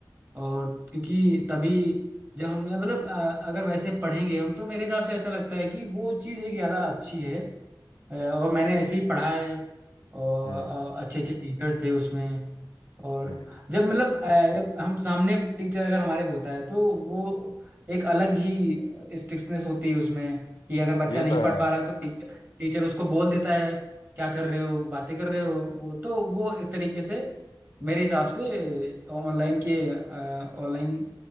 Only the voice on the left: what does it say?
हम्म
हम्म
ये
तो है